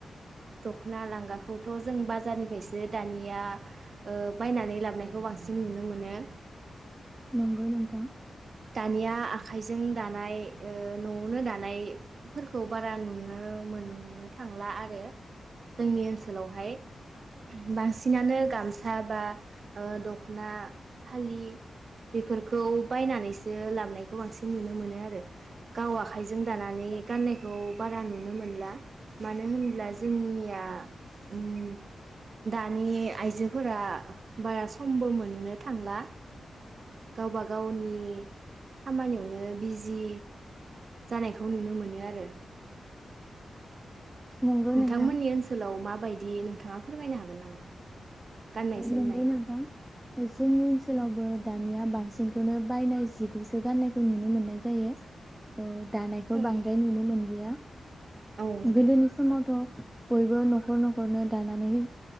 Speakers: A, on the right (about 55°); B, in the centre.
A: दख'ना लांगाखौथ' जों बाजारनिफ्रायसो दानिया ओ बायनानै लाबोनखौ बांसिन नुनो मोनो।
B: नंगौ नोंथां
A: दानिया आखाइजों दानाय ओ न'आवनो दानायफोरखौ बारा नुनो मोननो थांला आरो जोंनि ओनसोलावहाय बांसिनानो गामसा बा ओ दखना फालि बेफोरखौ बायनानैसो बेयो लाबनायखौ बांसिन नुनो मोनो आरो गाव आखाइजों दानानै गाननायखौ बारा नुनो मोनला मानो होनब्ला जोंनिया उम दानि आइजोफोरा बारा समबो मोननो थांला गावबा गावनि खामानियावनो बिजि जानायखौ नुनो मोनो आरो।
B: नंगौ
A: नोंथांमोननि
B: नोंथां
A: ओनसोलाव मा बायदि नोंथाङा फोरमायनो हागोन नामा? गाननाय जोमनाय
B: नंगौ नोंथां जोंनि ओनसोलावबो दानिया बांसिनखौनो बायनाय जिखौसो गाननायखौ नुनो मोननाय जायो। ओ दानायखौ
A: औ
B: बांद्राय नुनो मोनलिया
A: नोंथां
B: गोदोनि समावथ बयबो न'खर न'खरनि दानानानै